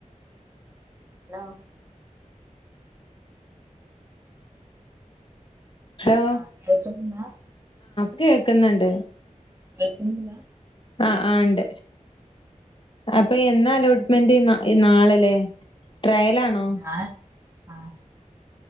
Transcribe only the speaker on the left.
ഹലോ
കേ ക്ക്ന്ന്ണ്ട്
ആ ആ ണ്ട് അപ്പൊ എന്നാ അലോട്ട്മെന്റ് എ നാളലെ ട്രയലാണോ